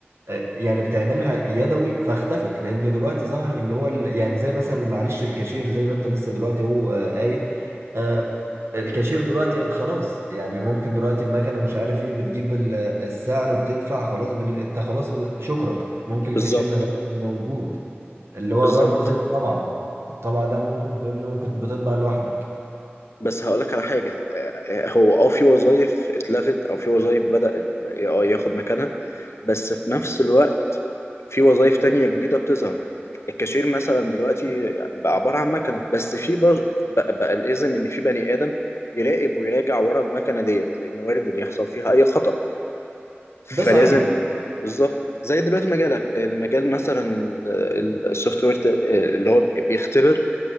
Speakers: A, on the right; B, on the left.
A: يعني بتعملها يدوي فاختفت لان دلوقتي ظهر اللي هو ال- يعني زي مثلا معلش الكاشير زي ما انت لسه دلوقتي هو آه، قايل آه، الكاشير دلوقتي خلاص يعني ممكن دلوقتي المكنه مش عارف ايه بتجيب ال- السعر بتدفع خلاص بال... انت خلاص ب- شكرا ممكن
B: بالظبط
A: الكاشير ما يبقاش موجود اللي هو
B: بالظبط
A: برضه زي الطبعه الطبعه ده ممكن فاهمني ممكن بتطبع لوحدك
B: بس هقولك على حاجة آه، هو اه في وظائف اتلغت او في وظائف بدأ ال AI ياخد مكانها بس في نفس الوقت في وظائف تانية جديدة بتظهر الكاشير مثلا دلوقتي بقى عبارة عن مكنة بس في بر- بقى, بقى الإذن إن في بني آدم يراقب ويراجع ورا المكنة ديت لأن وارد إن يحصل فيها أي خطأ فلازم
A: ده صحيح
B: بالظبط زي دلوقتي مجالك المجال مثلا السوفت وير اللي هو بيختبر